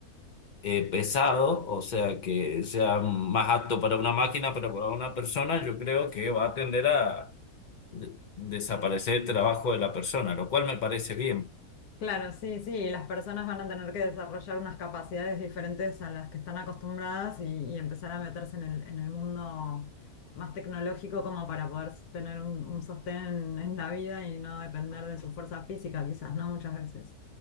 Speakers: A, on the left; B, on the left.
A: eh, pesado, o sea, que sea más apto para una máquina, pero para una persona, yo creo que va a tender a de- desaparecer el trabajo de la persona, lo cual me parece bien.
B: Claro, sí, sí, Y las personas van a tener que desarrollar unas capacidades diferentes a las que están acostumbradas y, y empezar a meterse en el, en el mundo más tecnológico como para poder s- tener un, un sostén en, en la vida y no depender de su fuerza física, quizás, ¿no? Muchas veces.